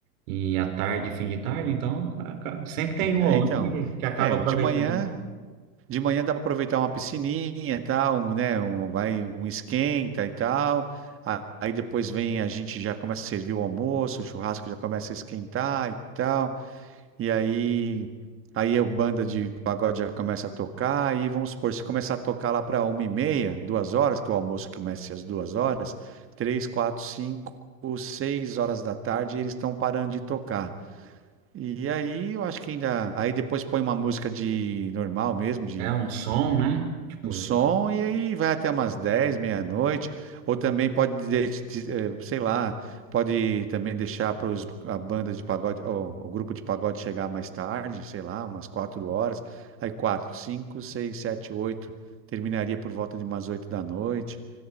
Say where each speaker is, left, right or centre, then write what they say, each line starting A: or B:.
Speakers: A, on the right; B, on the right.
A: e à tarde, fim de tarde, então aca- sempre tem um
B: é,
A: ou outro
B: então.
A: que, que acaba
B: É,
A: aproveitando.
B: de manhã. De manhã dá para aproveitar uma piscininha e tal, um, né? Um, vai um esquenta e tal. A- Aí depois vem a gente já começa a servir o almoço, o churrasco já começa a esquentar e tal. E aí aí a banda de pagode já começa a tocar. E vamos supor, se começar a tocar lá para uma e meia, duas horas, que o almoço começa às duas horas, três, quatro, cinco, seis horas da tarde, eles estão parando de tocar. E aí eu acho que ainda. Aí depois põe uma música de normal mesmo, de
A: É um som, né? Tipo,
B: um som e aí vai até umas 10 meia-noite, ou também pode, de- de- eh, sei lá, pode também deixar para a banda de pagode, ou, o grupo de pagode chegar mais tarde, sei lá, umas 4 horas, aí 4 5 6 7 8 terminaria por volta de umas 8 da noite,